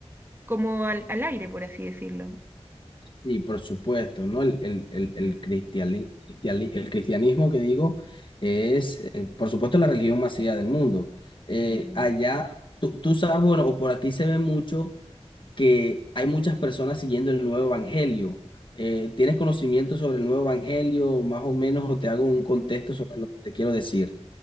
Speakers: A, on the right; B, on the left.
A: como al, al aire, por así decirlo.
B: Y por supuesto, ¿no? El, el, el, el
A: Mm.
B: cristiali- cristiali- el cristianismo que digo es, eh, por supuesto, la religión más seguida del mundo. Eh,
A: Mm.
B: allá, tú, tú sabes, bueno, o por aquí se ve mucho que hay muchas personas siguiendo el nuevo evangelio. Eh, ¿tienes conocimiento sobre el nuevo evangelio, más o menos, o te hago un
A: Ujú.
B: contexto sobre lo que te quiero decir?